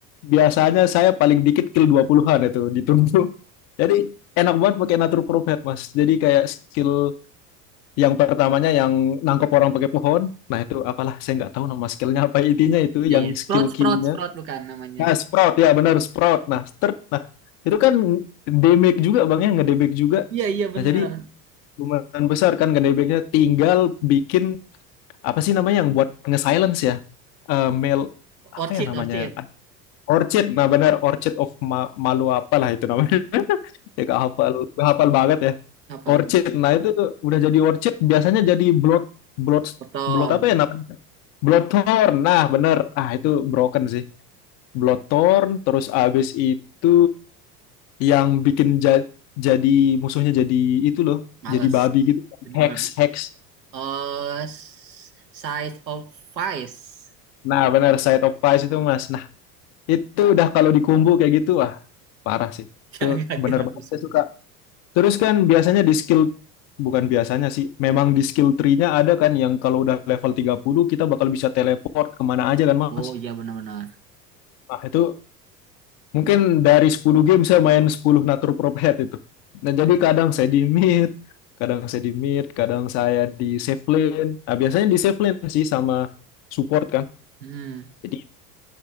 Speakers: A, on the left; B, on the right.
A: biasanya saya paling dikit kill 20-an itu di turbo. <laughs> Jadi enak banget pakai Natur Prop Head, Mas. Jadi kayak skill Yang pertamanya yang nangkep orang pakai pohon. Nah itu apalah saya nggak tahu nama skillnya apa intinya itu yang
B: ya ya.
A: skill
B: Sprout
A: Q-nya.
B: Sprout Sprout bukan namanya.
A: Nah sprout ya benar sprout. Nah start. Nah itu kan damage juga bang ya ngedamage juga.
B: Iya iya benar
A: Nah jadi lumayan besar kan ngedamage-nya. Tinggal bikin apa sih namanya yang buat nge-silence ya? Eh mail apa
B: Orchid
A: ya namanya?
B: Orchid.
A: Orchid, nah benar Orchid of Ma Malu apalah itu namanya. <laughs> ya gak hafal, gak hafal banget ya.
B: Apa
A: Orchid.
B: gue?
A: Nah, itu udah jadi orchid biasanya jadi blood blood
B: Proton.
A: blood apa ya namanya? Bloodthorn. Nah, bener. Ah, itu broken sih. Bloodthorn terus abis itu yang bikin ja- jadi musuhnya jadi itu loh,
B: Males.
A: jadi babi gitu.
B: Jadi
A: Hex,
B: babi.
A: hex.
B: Oh, s- size of Vice.
A: Nah, bener Side of Pies itu, Mas. Nah, itu udah kalau dikumbu kayak gitu, wah, parah sih.
B: <laughs>
A: Itu
B: Gak, gak,
A: bener
B: gak
A: banget
B: musuhnya.
A: saya suka Terus kan biasanya di skill bukan biasanya sih, memang di skill tree-nya ada kan yang kalau udah level 30 kita bakal bisa teleport kemana aja kan Mas.
B: Oh iya benar-benar.
A: Nah itu mungkin dari 10 game saya main 10 natur prophet itu. Nah jadi kadang saya di mid, kadang saya di mid, kadang saya di safe lane. Nah biasanya di safe lane sih sama support kan.
B: Hmm,
A: Jadi